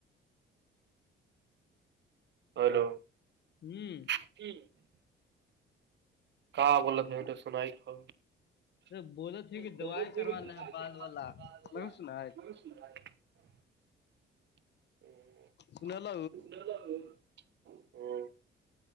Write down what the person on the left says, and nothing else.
ہوں
ارے بولے تھی کہ دوائی کروانا
ہے بال والا نہیں
سنا
سنل